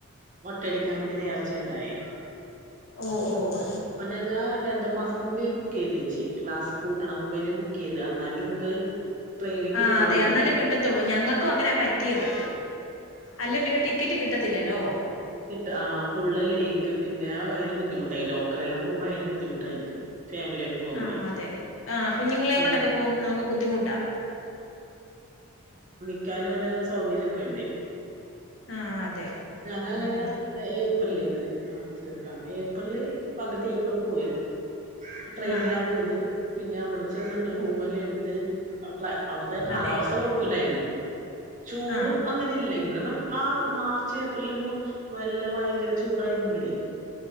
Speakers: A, on the right; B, on the left.
A: മൊട്ടടിക്കാൻ വേണ്ടി നേർച്ചയുണ്ടായ്
B: ഓ ഓ ഓ
A: ഞങ്ങ രണ്ടു മാസം മുമ്പേ ബുക്ക് ചെയ്ത് വെച്ച് ക്ലാസ് പൂട്ടണം മുമ്പേനെ ബുക്ക് ചെയ്ത് അന്നാല് നമുക്ക് ട്രെയിനിൽ
B: ആ
A: കിട്ടുള്ളല്ലോ
B: അതെ അന്നാലേ കിട്ടത്തോള്ളൂ ഞങ്ങക്കും അങ്ങന പറ്റിയത് അല്ലേ പിന്നെ ടിക്കറ്റ് കിട്ടത്തില്ലല്ലോ
A: കിട്ട് ആ ഫുള്ള് അല്ലെ ഇക്ക് പിന്നെ ഭയങ്കര ബുദ്ധിമുട്ടായി ലോക്കലെല്ലാം പോവുമ്പ ഭയങ്കര ബുദ്ധിമുട്ടായിരിക്കും ഫാമിലി ആയിട്ട് പോകുമ്പോളേ
B: ആഹ് അതെ ആഹ് കുഞ്ഞുങ്ങളെ
A: അപ്പൊ
B: കൊണ്ടൊക്കെ പോമ്പോ നമുക്ക് ബുദ്ധിമുട്ടാ
A: ക്കാനും അല്ലങ്ങിലും സൗകര്യം വേണ്ടേ
B: ആഹ് അതെ
A: അങ്ങന
B: ഉം
A: പോയി ഏപ്രില് ഇതിനെ മാർച്ച് ഏപ്രിൽ ആ ഏപ്രില് പകുതിയപ്പോ പോയി ട്രെയിനിലാ
B: ആഹ്
A: പോയത് പിന്നെ അവിടെ ചെന്നിട്ട് റൂമെല്ലാം
B: ഓ
A: എടുത്ത് ആ ക്ലൈ അവിടുത്തെ കാലാവസ്ഥ
B: അതെയോ
A: കൊഴപ്പവില്ലായിരുന്ന് ചൂടും
B: ആഹ്
A: അങ്ങനെ ഇല്ല ഇവിടുന്ന് മാ മാർച്ച് ഏപ്രിൽ മൂ നല്ല ഭയങ്കര ചൂടായിരുന്നില്ലേ